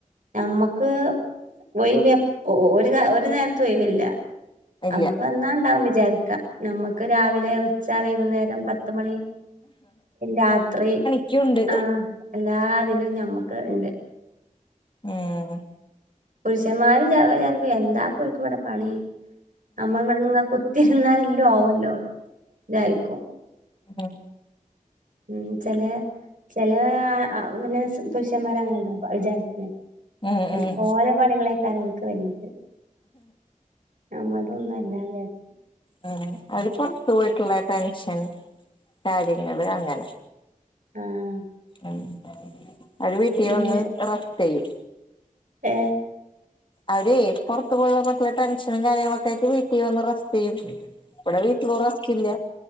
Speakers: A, on the right; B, on the left.
A: നമ്മക്ക് ഒഴവ് ഒരു ഒരു നേരത്ത് ഒഴിവില്ല
B: ഇല്ല
A: അവർക്ക് വന്നാ ഉണ്ടാവും വിചാരിക്ക നമ്മക്ക് രാവിലെ ഉച്ച വൈകുന്നേരം പത്ത് മണി രാത്രി
B: <inaudible> ുണ്ട്
A: ആഹ് എല്ലാതിലും ഞമ്മക്ക് ഉണ്ട്
B: ആഹ്
A: പുരുഷൻമാർ വിചാരിക്കും ഇവർക്ക് എന്താ ഇത്ര ഇവിടെ പണി നമ്മൾ ഇവിടെന്ന്ങ്ങ കുത്തിരുന്നാല എല്ലോ ആവല്ലോ ഇതാരിക്കും
B: ആഹ്
A: ഉം ചില ചെില ആഹ് <inaudible> അച്ഛന്മാർ അങ്ങനെ ഉണ്ടാവും വിചാരിക്കുന്നേലെ
B: ഉം ഉം
A: പണികൾ ആയിരിക്കാം വരുന്നത് <unintelligible> നമ്മതൊന്നും അല്ലാ <inaudible>
B: ഉ അവര് പുറത്തു പോയിട്ടുള്ള ടെൻഷൻ കാര്യങ്ങള് അങ്ങനെ
A: ആഹ്‌
B: ഉം അവര് വീട്ടി
A: പിന്നെ
B: വന്ന് റസ്റ്റെയ്യും
A: ഏഹ്
B: അവര് പൊർത്തു പോയിന്നിട്ടുള്ള ടെൻഷനും കാര്യങ്ങളൊക്കെ ആയിട്ട് വീട്ടിൽ വന്ന് റെസ്റ്റെയ്യും വ്ടെ വീട്ടിലൊ റസ്ക്കില്ല